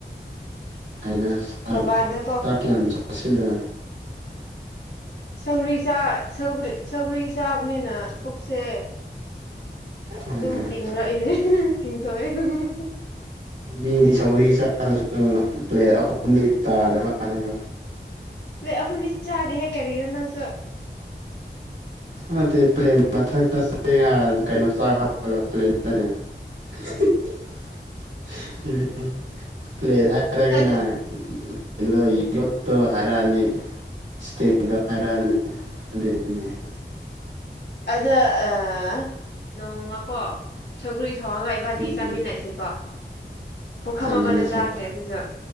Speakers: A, on the right; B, on the left.
A: <unintelligible>
B: ꯃꯄꯥꯟꯗꯀꯣ
A: ꯆꯥꯛ ꯀꯌꯥꯝ ꯆꯥꯁꯤꯜꯂꯦ
B: ꯁꯧꯒ꯭ꯔꯤ ꯆꯥ ꯁꯧꯒ꯭ꯔꯤ ꯁꯧꯒ꯭ꯔꯤ ꯆꯥꯕꯅꯤꯅ ꯄꯨꯛꯁꯦ
A: ꯎꯝ
B: ꯑꯗꯨꯝ ꯇꯤꯡꯔꯛꯏꯅꯦ ꯇꯤꯡ ꯇꯣ <unintelligible>
A: ꯃꯤꯗꯤ ꯁꯧꯒ꯭ꯔꯤ ꯆꯥꯁꯨ ꯄ꯭ꯂꯦꯠ ꯑꯍꯨꯝꯗꯤ ꯇꯥꯗ꯭ꯔ ꯃꯥꯜꯂꯦꯀꯣ
B: ꯄ꯭ꯂꯦꯠ ꯑꯍꯨꯝꯗꯤ ꯆꯥꯗꯦꯍꯦ ꯀꯔꯤꯔ ꯅꯪꯁꯨ
A: ꯑꯗꯨꯠꯇꯦ ꯄ꯭ꯂꯦꯟ ꯃꯊꯛꯇ ꯀꯩꯅꯣ ꯆꯥꯛ ꯍꯥꯞꯄꯒ ꯄ꯭ꯂꯦꯟꯗꯔ <unintelligible> ꯄ꯭ꯂꯦ ꯍꯥꯏꯔꯒꯅ
B: ꯑꯗꯨ
A: <unintelligible> ꯀꯅꯥ ꯌꯣꯠꯇꯣ ꯍꯥꯏꯔꯅꯤ ꯏꯁꯇꯦꯟꯗꯣ ꯍꯥꯏꯔꯅꯤ ꯑꯗꯨꯒꯤꯅꯤ
B: ꯑꯗ ꯑꯥ ꯅꯣꯡꯃꯀꯣ ꯁꯧꯒ꯭ꯔꯤ ꯊꯧꯡꯉꯒ ꯏꯕꯥꯅꯤ
A: ꯎꯝ
B: ꯆꯥꯃꯤꯟꯅꯁꯤꯀꯣ ꯄꯨꯈꯝ
A: ꯆꯥꯃꯤꯟꯅꯁꯦ
B: ꯑꯃꯗ ꯆꯥꯁꯦ ꯑꯗꯨꯁꯨ